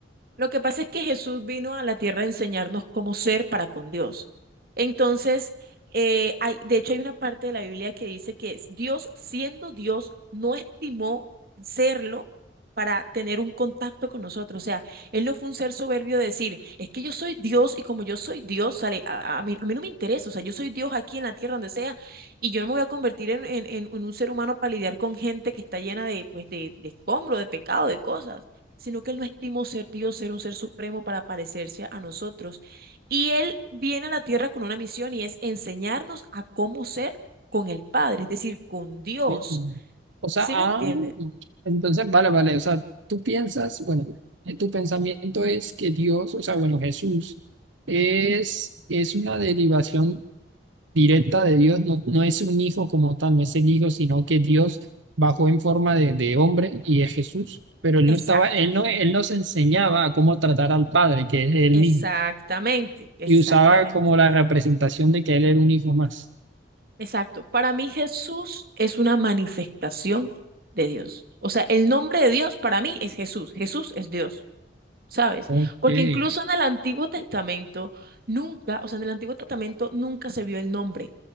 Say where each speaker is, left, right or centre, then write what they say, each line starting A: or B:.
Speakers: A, on the right; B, on the right.
A: Lo que pasa es que Jesús vino a la tierra a enseñarnos cómo ser para con Dios. Entonces, eh, hay, de hecho hay una parte de la Biblia que dice que Dios, siendo Dios, no estimó serlo para tener un contacto con nosotros. O sea, Él no fue un ser soberbio de decir, es que yo soy Dios y como yo soy Dios, sale, a, a mí, a mí no me interesa, o sea, yo soy Dios aquí en la tierra, donde sea, y yo no me voy a convertir en, en, en en un ser humano para lidiar con gente que está llena de, pues, de, de escombro, de pecado, de cosas sino que Él no estimó ser Dios, ser un ser supremo para parecerse a nosotros. Y Él viene a la tierra con una misión y es enseñarnos a cómo ser con el Padre, es decir, con Dios.
B: ¿sí? O sea,
A: ¿Sí
B: ah,
A: me entiende?
B: entonces vale, vale. O sea, tú piensas, bueno, eh, tu pensamiento es que Dios, o sea, bueno, Jesús es, es una derivación directa de Dios no, no es un hijo como tal, no es el hijo, sino que Dios bajó en forma de, de hombre y es Jesús. Pero él no
A: Exacto,
B: estaba, él no, él nos enseñaba a cómo tratar al Padre, que es él
A: exactamente,
B: mismo,
A: exactamente,
B: y usaba como la representación de que él era un hijo más.
A: exacto. Para mí Jesús es una manifestación de Dios. O sea, el nombre de Dios para mí es Jesús. Jesús es Dios. ¿sabes?
B: Ok,
A: Porque
B: sí,
A: incluso en el Antiguo Testamento nunca, o sea, en el Antiguo Testamento nunca se vio el nombre,